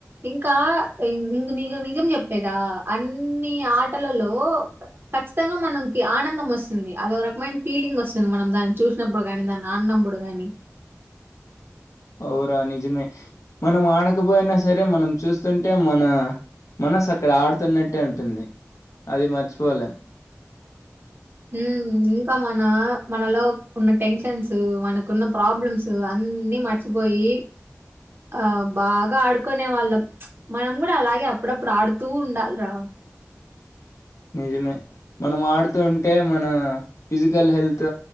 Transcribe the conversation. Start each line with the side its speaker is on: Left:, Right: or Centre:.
Right: ఇంకా నీకు నిజం చెప్పేదా అన్ని ఆటలలో ఖచ్చితంగా మనకి ఆనందం వస్తుంది అదో రకమైన ఫీలింగ్ వస్తుంది మనం దాన్ని చూసినప్పుడు కానీ దాన్ని అన్నప్పుడు కానీ
Left: ఔను రా నిజమే మనం ఆడకపోయినా సరే మనం చూస్తుంటే మన మనసు అక్కడ ఆడుతున్నట్టే ఉంటుంది అది మర్చిపోలేం
Right: హ ఇంకా మన మనలో ఉన్న టెన్షన్స్ మనకున్న ప్రాబ్లమ్స్ అన్ని మర్చిపోయి ఆ బాగా ఆడుకునే వాళ్ళం మనం కూడా అలాగే అప్పుడప్పుడు ఆడుతూ ఉండాలి రా
Left: నిజమే మనం ఆడుతూ ఉంటే మన physical health